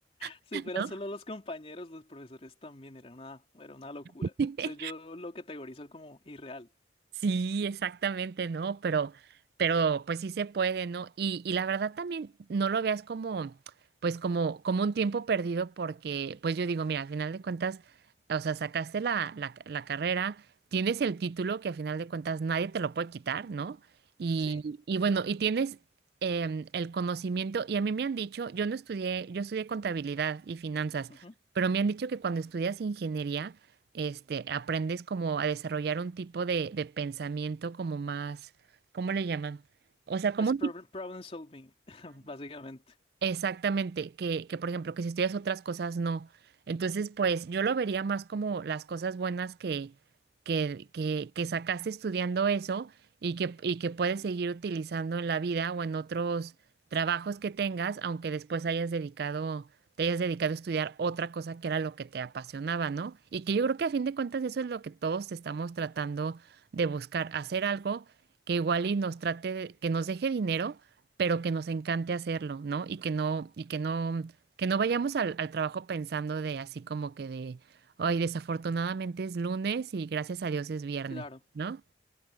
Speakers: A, on the left (about 30°); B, on the right (about 60°).
A: Si
B: <laughs>
A: fuera solo los compañeros, los profesores también era una, era una locura.
B: ¿No?
A: Eso yo lo categorizo como irreal.
B: Sí, exactamente, ¿no? Pero, pero pues sí se puede, ¿no? Y, y la verdad también no lo veas como, pues como, como un tiempo perdido porque, pues yo digo, mira, al final de cuentas, o sea, sacaste la, la, la carrera, tienes el título que al final de cuentas nadie te lo puede quitar, ¿no? Y,
A: Sí.
B: y bueno, y tienes em, el conocimiento, y a mí me han dicho, yo no estudié, yo estudié contabilidad y finanzas,
A: ujú.
B: pero me han dicho que cuando estudias ingeniería, este, aprendes como a desarrollar un tipo de, de pensamiento como más, ¿cómo le llaman? O sea, como
A: Es
B: un
A: prob-
B: tipo,
A: problem solving, <laughs> básicamente.
B: Exactamente, que, que por ejemplo, que si estudias otras cosas, no. Entonces, pues yo lo vería más como las cosas buenas que, que, que, que sacaste estudiando eso y que, y que puedes seguir utilizando en la vida o en otros trabajos que tengas, aunque después hayas dedicado, te hayas dedicado a estudiar otra cosa que era lo que te apasionaba, ¿no? Y que yo creo que a fin de cuentas eso es lo que todos estamos tratando de buscar, hacer algo que igual y nos trate, de- que nos deje dinero pero que nos encante hacerlo, ¿no? Y que no, y que no, que no vayamos al, al trabajo pensando de así como que de, ay, desafortunadamente es lunes y gracias a Dios es viernes,
A: Claro.
B: ¿no?